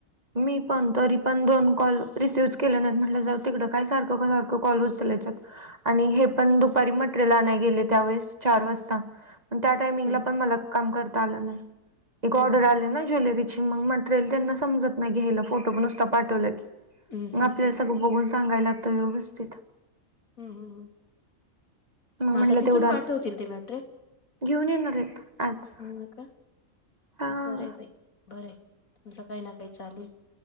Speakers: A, on the right (about 30°); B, on the left (about 80°).
A: मी पण तरी पण दोन कॉल रिसिव्हच केले नाहीत, म्हणलं जाऊ तिकडं काय सारखं सारखं कॉल उचलायचत. आणि हे पण दुपारी मटेरियल आणाय गेले त्यावेळेस चार वाजता. अन् त्या टायमिंगला
B: हम्म
A: पण मला काम करता आलं नाही एक ऑर्डर
B: हम्म
A: आलं ना ज्वेलरी हे मग मटरेल त्यांना समजत नाही घ्यायला फोटो नुसता पाठविला की
B: हम्म
A: मग
B: हम्म
A: आपल्याला
B: हम्म
A: सगळं बघून सांगायला सांगाय लागत व्यवस्थित
B: हम्म हम् मग
A: म्हटलं
B: आता तिथून
A: तेवढं आज
B: पाठवतील ते मटरेल
A: घेऊन येणार आहेत आज
B: हा का
A: हा
B: बर आहे बाई बर आहे तुमचं काही ना काही चालू आहे